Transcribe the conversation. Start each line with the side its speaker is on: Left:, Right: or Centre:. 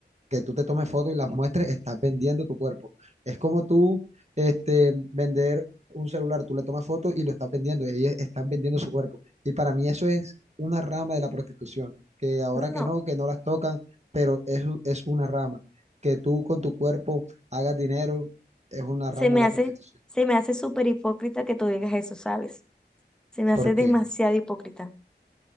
Right: que tú te tomes fotos y las muestres, estás vendiendo tu cuerpo. Es como tú este, vender un celular, tú le tomas fotos y lo estás vendiendo, ellos están vendiendo su cuerpo. Y para mí eso es una rama de la prostitución, que ahora
Centre: No,
Right: que no, que no las tocan, pero es es una rama. Que tú con tu cuerpo hagas dinero es una
Centre: se
Right: rama
Centre: me
Right: de la
Centre: hace,
Right: prostitución.
Centre: se me hace súper hipócrita que tú digas eso, ¿sabes? Se me hace
Right: ¿Por
Centre: demasiado
Right: qué?
Centre: hipócrita.